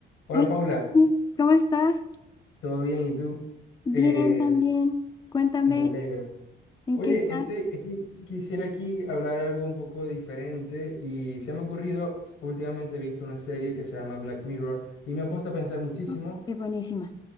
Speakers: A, on the left; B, on the left.
A: Hola
B: Hola,
A: Paula,
B: Vicky, ¿cómo estás?
A: ¿todo bien? ¿Y tú?
B: Bien,
A: Eh,
B: también. Cuéntame,
A: me alegro.
B: ¿en
A: Oye,
B: qué estás?
A: estoy aquí, quisiera aquí hablar algo un poco diferente y se me ha ocurrido, últimamente he visto una serie que se llama Black Mirror y me ha puesto a pensar muchísimo
B: Ah, Qué buenísima.